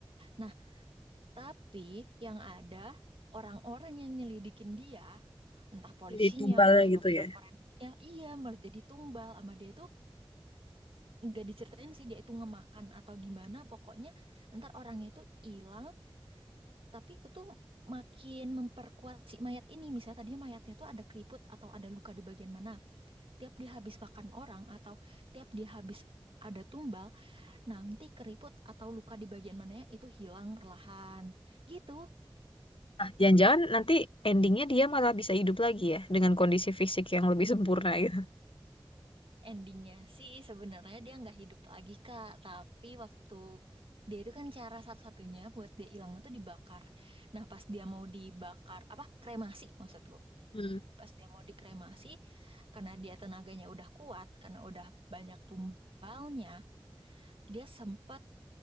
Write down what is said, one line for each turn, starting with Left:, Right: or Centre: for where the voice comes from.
Right: nah tapi yang ada orang-orang yang nyelidikin dia entah polisinya
Left: Jadi tumbalnya
Right: entah
Left: gitu
Right: dokter
Left: ya.
Right: forensiknya iya malah jadi tumbal sama dia itu nggak diceritain sih dia itu ngemakan atau gimana pokoknya ntar orangnya itu hilang tapi itu tuh makin memperkuat si mayat ini misalnya tadinya mayatnya tuh ada keriput atau ada luka di bagian mana tiap dia habis makan orang atau tiap dia habis ada tumbal nanti keriput atau luka di bagian mananya itu hilang perlahan gitu
Left: Nah, jangan-jangan nanti endingnya dia malah bisa hidup lagi ya dengan kondisi fisik yang lebih sempurna gitu.
Right: Endingnya sih sebenarnya dia nggak hidup lagi Kak, tapi waktu dia itu kan cara satu-satunya buat dia hilang itu dibakar. Nah pas dia mau dibakar apa kremasi maksudku,
Left: Hmm.
Right: pas dia mau dikremasi karena dia tenaganya udah kuat karena udah banyak tumbalnya, dia sempat